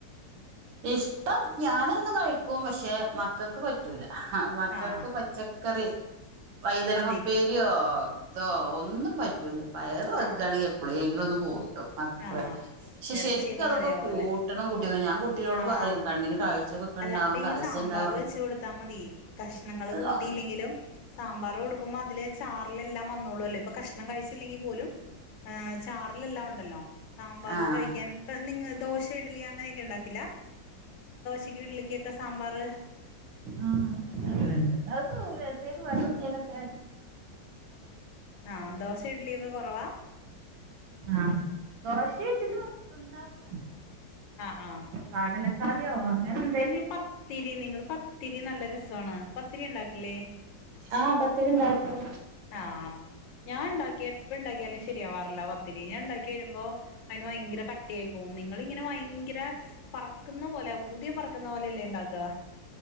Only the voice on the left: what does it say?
ആഹ്
മതി
ആഹ്
ആഹ്
ഇറച്ചിയൊക്കെ
മതിയാവുല്ലേ
ആഹ്
അല്ല
അപ്പൊ
ഈ സാമ്പാറ്
വെച്ച് കൊടുത്താ മതി കഷ്ണങ്ങള്
കൂട്ടിയില്ലെങ്കിലും സാമ്പാറ് കൊടുക്കുമ്പോ അതില് ചാറിലെല്ലാം വന്നോള്ളൂല്ലോ ഇപ്പൊ കഷണം കഴിച്ചില്ലെങ്കിൽ പോലും ആഹ് ചാറിലെല്ലാം ഉണ്ടല്ലോ. സാമ്പാറ്
കഴിക്കാൻ ഇപ്പ നിങ്ങ ദോശ ഇഡലി അങ്ങനെയൊക്കെ ഇണ്ടാക്കില്ലാ. ക്കു ഇഡ്ലിക്കൊക്കെ സാമ്പാറ്
ആഹ് ദോശ ഇഡ്ലി ഒക്കെ കൊറവാ.
ആഹ് ആഹ്.
നിങ്ങള് പത്തിരി നിങ്ങള് പത്തിരി നല്ല രസവാണ് പത്തിരി ഇണ്ടാക്കില്ലേ?
ആഹ് ഞാൻ ഇണ്ടാക്കിയാ എപ്പ ഇണ്ടാക്കിയാലും ശരിയാവാറില്ലാ പത്തിരി ഞാൻ ഇണ്ടാക്കി വരുമ്പോ അയിന് ഭയങ്കര കട്ടിയായി പോവും നിങ്ങ് നിങ്ങൾ ഇങ്ങനെ ഭയങ്കര പറക്കുന്ന പോലെ ഊതിയാ പറക്കുന്ന പോലെയല്ലേ ഇണ്ടാക്കാ